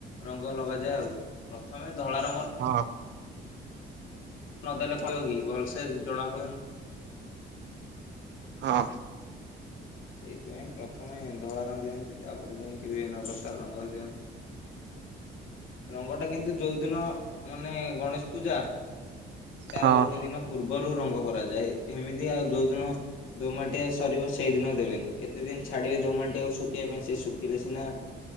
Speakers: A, on the left; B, on the right.
A: ରଙ୍ଗ ଲଗାଯାଏ ଆଉ ପ ପ୍ରଥମେ ଧଳାରଙ୍ଗ
B: ହଁ
A: ନଦେଲେ କହିବ କି ଭଲସେ ଜଣା ପଡିବନି।
B: ହଁ।
A: ସେଇଥିପାଇଁ ପ୍ରଥମେ ଧଳା ରଙ୍ଗ ଦିଅନ୍ତି ତାପରେ ଯାଇକି ବିଭିନ୍ନ ପ୍ରକାର ରଙ୍ଗ ଦିଅନ୍ତି। ରଙ୍ଗଟା କିନ୍ତୁ ଯୋଉଦିନ ମାନେ ଗଣେଶ ପୂଜା ତାର
B: ହଁ ହଁ
A: ଗୋଟେ ଦିନ ପୂର୍ବ ପୂର୍ବରୁ ରଙ୍ଗ କରାଯାଏ ଏମିତି ଆଉ ଯୋଉ ଦିନ ଦୋମାଟିଆ ସରିବ ସେଇ ଦିନ ଦେବେନି। କେତେ ଦିନ ଛାଡିବେ ଦୋମାଟିଆ କୁ ସବୁ। ଶୁଖିବା ପାଇଁ ସେ ଶୁଖିଲେ ସିନା